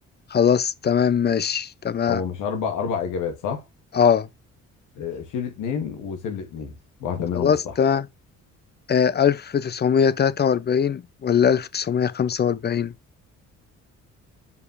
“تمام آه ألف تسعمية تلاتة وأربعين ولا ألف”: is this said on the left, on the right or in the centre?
Left